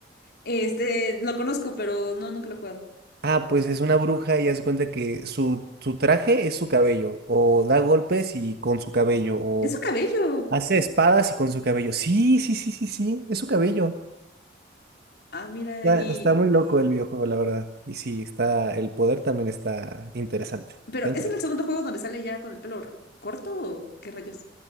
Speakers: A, on the left (about 60°); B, on the right (about 60°).
A: Este, lo conozco, pero no, nunca lo he jugado.
B: Ah, pues es una bruja y hace cuenta que su, su traje es su cabello, o da golpes y con su cabello, o
A: ¡Es su cabello!
B: hace espadas y con su cabello. Sí, sí, sí, sí, sí, es su cabello.
A: Ah, mira,
B: Está,
A: y...
B: está muy
A: y-
B: loco el videojuego, la verdad. Y sí, está, el poder también está interesante.
A: Pero,
B: Está interesante.
A: ¿es en el segundo juego donde sale ya con el pelo r- corto o qué rayos?